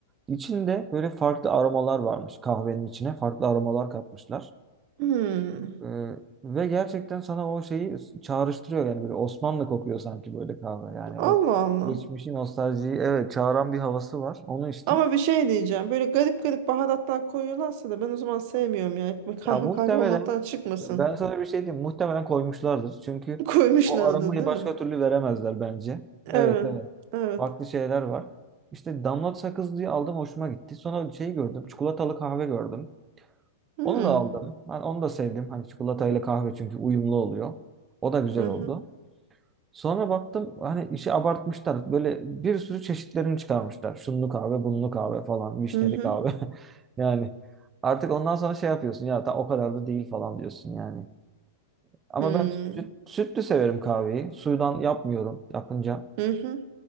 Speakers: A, on the right (about 15°); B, on the right (about 45°).
A: İçinde böyle farklı aromalar varmış kahvenin içine. Farklı aromalar katmışlar.
B: Hmm.
A: Ee, ve gerçekten sana o şeyi çağrıştırıyor yani böyle Osmanlı kokuyor sanki böyle kahve. Yani o
B: Allah Allah.
A: geçmişin nostaljiyi evet çağıran bir havası var. Onu içtim.
B: Ama bir şey diyeceğim. Böyle garip garip baharatlar koyuyorlarsa da ben o zaman sevmiyorum ya. Hep Kahve
A: Ya muhtemelen
B: kahve olmaktan çıkmasın.
A: ben sana bir şey diyeyim. Muhtemelen koymuşlardır. Çünkü
B: <laughs> Koymuşlardı
A: o aramayı
B: değil
A: başka
B: mi?
A: türlü veremezler bence.
B: Evet.
A: Evet evet.
B: Evet.
A: Farklı şeyler var. İşte damlat sakız diye aldım hoşuma gitti. Sonra şeyi gördüm. Çikolatalı kahve gördüm.
B: Hmm.
A: Onu da aldım. Ben onu da sevdim. Hani çikolatayla kahve çünkü uyumlu oluyor. O da güzel
B: Hı hı.
A: oldu. Sonra baktım hani işi abartmışlar. Böyle bir sürü çeşitlerini çıkarmışlar. Şunlu kahve, bunlu kahve falan, vişneli
B: Hı hı.
A: kahve. <laughs> Yani artık ondan sonra şey yapıyorsun ya ta o kadar da değil falan diyorsun yani. Ama
B: Hı hı.
A: ben süt, sütlü severim kahveyi. Suyudan yapmıyorum yapınca.
B: Hı hı.